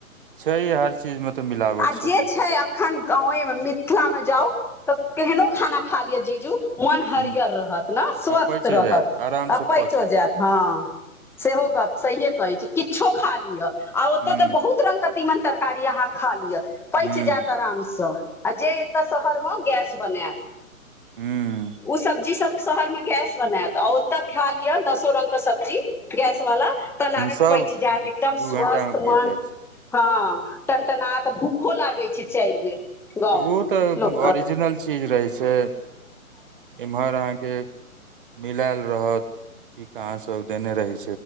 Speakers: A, on the right (about 35°); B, in the centre.
A: छै हर चीजमे तऽ मिलावट
B: आ जे
A: की करतै
B: छै अखन गावे मे मिथिला मे जाउ तऽ केहनो खाना खा लिअ जीजू। मन हरियर
A: हूँ
B: रहत ने स्वस्थ
A: आ पचि
B: रहत
A: जायत आरामसँ
B: आ पैचो
A: पचत
B: जायत हँ, सेहो गप से कहै छै किछो खा लिअ, आ ओतऽ
A: हूँ
B: तऽ बहुत रंगके चीज छै। तिमन तरकारी अहाँ खा लिअ पैच
A: हूँ
B: जायत आरामसँ आ जे एतऽ शहर मे गैस बनायत।
A: हूँ
B: उ सब्जी सभ शहर में गैस बनायत ओतऽ खाय लिय दसो रंग के सब्जी। गैस वाला तऽ लागत
A: सब
B: पैच जात एकदम
A: दू
B: स्वस्थ
A: घंटा मे पचि
B: मन
A: जायत
B: हँ टनटना तऽ भूखो लागै छै, चाइर बेर गाँव
A: तऽ ओ
B: मे
A: तऽ
B: लोक के
A: ओरिजिनल चीज रहै छै। एम्हर अहाँके मिलैल रहत की? कहाँ सब देने रही?